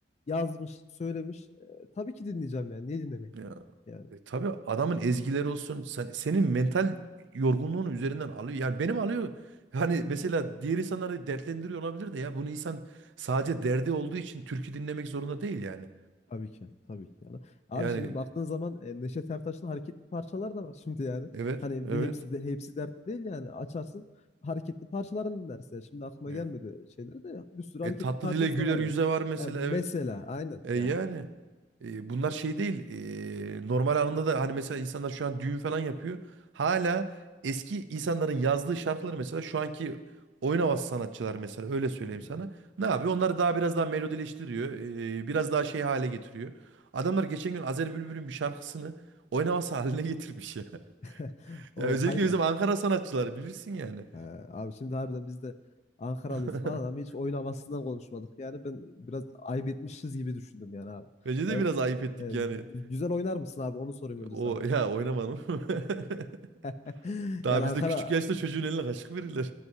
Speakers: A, on the left; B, on the right.
A: yazmış, söylemiş. E, tabii ki dinleyeceğim yani. Niye dinlemeyeyim?
B: ya,
A: Yani.
B: e, tabii adamın ezgileri olsun sen- senin mental yorgunluğunu üzerinden alıyor. Yani benim alıyor. Hani mesela diğer insanları dertlendiriyor olabilir de ya bunu insan sadece derdi olduğu için türkü dinlemek zorunda değil yani.
A: Tabii ki. Tabii ki. Yani. Abi
B: Yani
A: şimdi baktığın zaman e, Neşet Ertaş'ın hareketli parçalar da var şimdi yani.
B: evet
A: Hani
B: evet.
A: bir hepsi de hepsi dertli değil yani. Açarsın hareketli parçalarını dinlersin. Şimdi aklıma
B: E,
A: gelmedi şeyleri de bir sürü hareketli
B: e, tatlı
A: parçası
B: dile güler
A: da var
B: yüze
A: yani.
B: var mesela
A: Ha, mesela
B: evet.
A: aynen
B: E,
A: yani.
B: yani. E, bunlar şey değil. e, normal anında da hani mesela insanlar şu an düğün falan yapıyor. Hala eski insanların yazdığı şarkıları mesela şu anki oyun havası sanatçıları mesela öyle söyleyeyim
A: Hmm.
B: sana. Ne yapıyor? Onları daha biraz daha melodileştiriyor. e, biraz daha şey hale getiriyor. Adamlar geçen gün Azer Bülbül'ün bir şarkısını oyun havası <laughs> haline getirmiş ya. <laughs>
A: <laughs> O
B: Ya özellikle
A: hangi
B: bizim Ankara sanatçıları bilirsin yani.
A: He, abi şimdi harbiden biz de Ankaralıyız
B: <laughs>
A: falan ama hiç oyun havasından konuşmadık. Yani ben biraz ayıp etmişiz gibi düşündüm yani abi.
B: Bence de
A: Yani,
B: biraz ayıp ettik
A: e, gü-
B: yani.
A: güzel oynar mısın abi? Onu sorayım önce
B: O
A: sana yani.
B: ya oynamadım. <laughs>
A: <laughs>
B: Daha
A: Yani
B: bizde
A: Ankara
B: küçük yaşta çocuğun eline kaşık verirler.